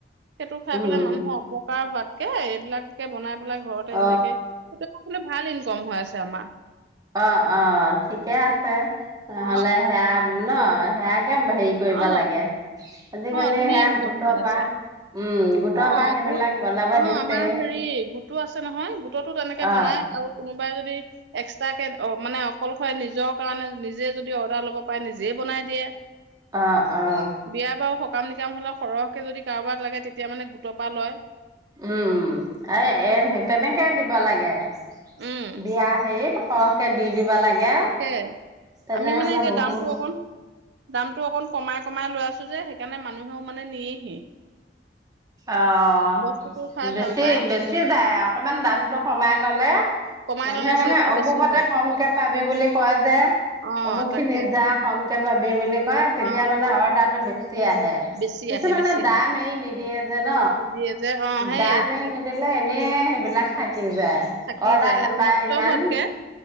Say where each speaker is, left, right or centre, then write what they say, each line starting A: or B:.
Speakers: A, on the right; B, on the right.
A: সেইটো খাই
B: উম
A: পেলাই মানুহৰ অপ <unintelligible> কে এইবিলাকাকে বনাই পেলাই ঘৰতে
B: অ
A: এনেকে সেই ভাল <unintelligible> কম হৈ আছে আমাৰ।
B: অ অ ঠিক। ঠিকে আছে, নহ'লে
A: অ
B: সেয়া। ন সেয়াকে কে হেৰি কৰিব
A: অ
B: লাগে। আজিকালি
A: অ ধুনীয়া
B: সেয়া
A: ইনকম
B: গোটৰ
A: হৈ
B: পৰা
A: আছে।
B: উম গোটৰ
A: অ
B: পৰা সেইবিলাক
A: গোট
B: বনাব
A: অ
B: দিছে
A: আমাৰ হেৰি গোটটো আছে নহয়, গোটতো তেনেকে
B: অ
A: বনাই আৰু কোনোবাই যদি এক্সট্ৰাকে মানে অকলশৰে নিজৰ কাৰণে নিজে যদি অৰ্ডাৰ ল'ব, পাৰে নিজেই বনাই দিয়ে।
B: অ অ।
A: বিয়া বাৰু সকাম নিকাম হলে সৰহকে যদি কাৰোবাক লাগে তেতিয়া মানে গোটপা লয়।
B: উম এ এ তেনেকে দিব লাগে।
A: উম
B: বিয়া হেইত। সহকে দি। দিব লাগে
A: তাকে
B: তেনেহলে
A: আমি মানে এতিয়া
B: বহুত
A: দামতটো অকণ দামতটো অকণ কমাই। কমাই লৈ আছো যে সেইকাৰণে মানুহেও মানে নিয়েহি।
B: অহ
A: বস্তুটো
B: ',
A: খাই
B: বেছি
A: ভাল পায়
B: -বেছি যায় অকমান দামতটো কমাই ললে।
A: কমাই
B: মানুহে
A: ললে
B: মানে
A: চেলটো
B: অমুকতে
A: বেছি হয়
B: কমকে পাবি বুলি কোৱা যে
A: অ
B: অমুক খিনি
A: তাকে
B: যা কমকে পাবি। বেইবেলেগ হয় তেতিয়া
A: অ
B: মানে অৰ্ডাৰটো বেছি। আহে
A: বেছি
B: কিছুমানে
A: আহে বেছি
B: দাম
A: আহে
B: এৰি নিদ যে ন
A: নিদিয়ে যে অ সেই
B: দামে
A: এ,
B: নিদিলে। সেইবিলাক থাকে। কি যোয়
A: থাকি
B: অৰ্ডাৰ
A: যায়
B: নাপায়
A: আৰু নষ্ট
B: ইমান।
A: হোৱাতকে